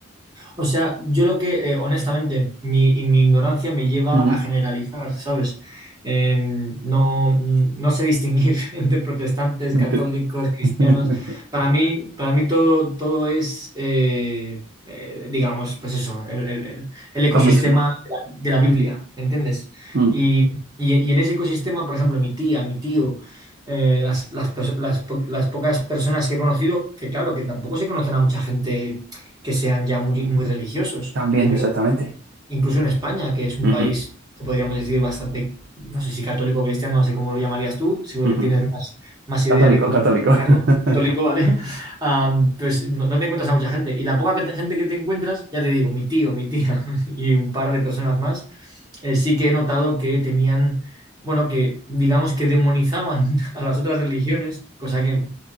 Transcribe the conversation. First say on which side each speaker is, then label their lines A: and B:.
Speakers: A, on the right (about 20°); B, on the right (about 55°).
A: O sea, yo lo que, eh, honestamente, mi, y mi ignorancia me lleva
B: Ujú.
A: a generalizar, ¿sabes? Eh, no, no sé distinguir <laughs> entre protestantes, católicos,
B: Ente-
A: cristianos.
B: <laughs>
A: Para mí, para mí todo, todo es, eh, eh, digamos, pues eso, el, el- el- el ecosistema
B: Lo mismo.
A: de la, de la Biblia, ¿entiendes?
B: Mm.
A: Y, y- y en ese ecosistema, por ejemplo, mi tía, mi tío, eh, las, las, pers- las po- las pocas personas que he conocido, que claro, que tampoco se conocen a mucha gente que sean ya muy, muy religiosos,
B: También,
A: yo creo.
B: exactamente.
A: Incluso en España, que es un
B: Ujú,
A: país que podríamos decir bastante, no sé si católico o cristiano, no sé cómo lo llamarías tú, seguro
B: ujú.
A: que tienes más, más idea
B: Católico,
A: de cómo
B: católico.
A: llamarlo,
B: <laughs>
A: católico, ¿vale? <laughs> Ah, pues no, no te encuentras a mucha gente. Y la poca que te- gente que te encuentras, ya te digo, mi tío, mi tía <laughs> y un par de personas más, eh, sí que he notado que tenían, bueno, que digamos que demonizaban <laughs> a las otras religiones, cosa que